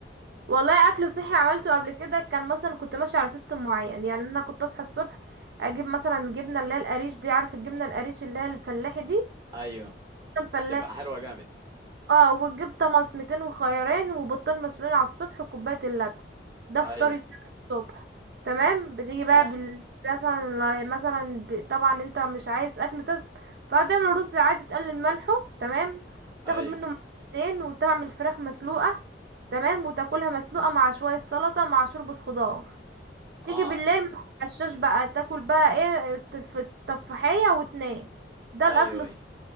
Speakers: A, on the right (about 60°); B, on the right (about 20°).
A: والله اكل صحي عملته قبل كده كان مثلا كنت ماشيه على سيستم معين يعني انا كنت اصحى الصبح اجيب مثلا جبنه اللي هي القريش دي عارف الجبنه القريش اللي هي الفلاحي دي
B: أيوه
A: الفلاح
B: تبقى حلوة جامد
A: اه وتجيب طماطمتين وخيارين وبيضتين مسلوقين على الصبح وكوباية اللبن ده فطار
B: أيوه
A: الصبح تمام بتيجي بقى
B: أه
A: بال... مثلا مثلا ب... طبعا انت مش عايز اكل دسم فهتعمل رز عادي تقلل ملحه تمام وتاخد
B: أيوه
A: منه مرتين وتعمل فراخ مسلوقة تمام وتاكلها مسلوقة مع شوية سلطة مع شوربة خضار تيجي
B: أه
A: بالليل ما تتعشاش بقى تاكل بقى ايه التف- التفاحية وتنام ده
B: أيوه
A: الاكل
B: أيوه